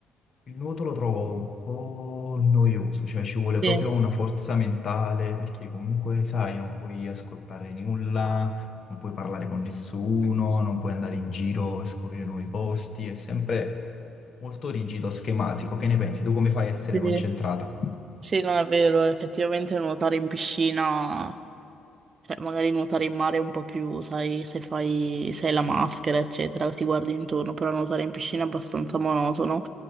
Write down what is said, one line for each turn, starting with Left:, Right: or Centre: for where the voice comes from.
Left: il nuoto lo trovo un po' noioso, cioè ci vuole proprio
Right: Sì,
Left: una forza mentale perché comunque, sai, non puoi ascoltare nulla, non puoi parlare con nessuno, non puoi andare in giro a scoprire nuovi posti, è sempre molto rigido, schematico. Che ne pensi? Tu come fai a essere
Right: sì,
Left: concentrata?
Right: sì, non è vero, effettivamente nuotare in piscina Cioè, magari nuotare in mare è un po' più, sai, se fai, se hai la maschera, eccetera, ti guardi intorno, però nuotare in piscina è abbastanza monotono.